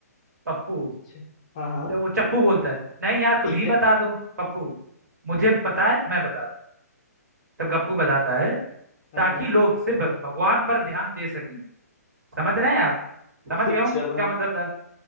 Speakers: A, on the right; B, on the left.
A: पप्पू
B: अच्छा हाँ हाँ
A: जब वो चप्पू बोलता है नहीं यार तुम
B: ठीक
A: ही
B: है
A: बता दो पप्पू मुझे पता है मैं बता दूं। तब गप्पू बताता है
B: हाँ
A: ताकि
B: हाँ
A: लोग सिर्फ भगवान पर ध्यान दे सकें समझ रहे हैं आप समझ गए
B: अच्छा
A: होंगे क्या
B: बस
A: मतलब था